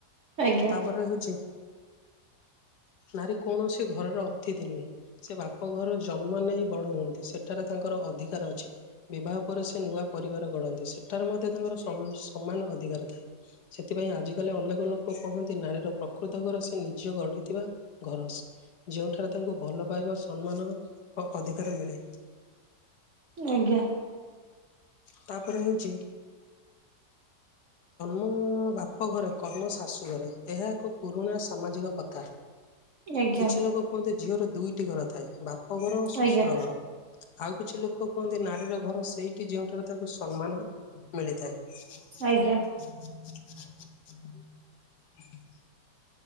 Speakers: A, on the right; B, on the left.
A: ଆଜ୍ଞା
B: ତାପରେ ହଉଛି ନାରୀ କୌଣସି ଘରର ଅତିଥି ନୁହେଁ। ସେ ବାପ ଘର ଜନ୍ମ ନେଇ ବଡ ହୁଅନ୍ତି। ସେଠାରେ ତାଙ୍କର ଅଧିକାର ଅଛି। ବିବାହ ପରେ ସେ ନୂଆ ପରିବାର ଗଢନ୍ତି। ସେଠାରେ ମଧ୍ୟ ତାଙ୍କର ସମା-ସମାନ ଅଧିକାର ଥାଏ। ସେଥିପାଇଁ ଆଜିକାଲି ଅନେକ ଲୋକ କୁହନ୍ତି ନାରୀର ପ୍ରକୃତ ଘର ନିଜ ଗଢିଥିବା ଘର ଯୋଉଠାରେ ତାଙ୍କୁ ଭଲ ପାଇବା ସମ୍ମାନ ଓ ଅଧିକାର ମିଳେ।
A: ଆଜ୍ଞା
B: ତାପରେ ହେଉଛି ଅନ୍ ବାପ ଘରେ କର୍ମ ଶାଶୁ ଘରେ ଏହା ଏକ ପୁରୁଣା ସାମାଜିକ କଥା।
A: ଆଜ୍ଞା
B: କିଛି ଲୋକ କୁହନ୍ତି ଝିଅର ଦୁଇଟି ଘର ଥାଏ ବାପା ଘର ଶ୍ୱଶୁର
A: ଆଜ୍ଞା
B: ଘର ଆଉ କିଛି ଲୋକ କୁହନ୍ତି ନାରୀର ଘର ସେଇଠି ଯେଉଁଠାରେ ତାକୁ ସମ୍ମାନ ମିଳିଥାଏ।
A: ଆଜ୍ଞା।
B: <inaudible>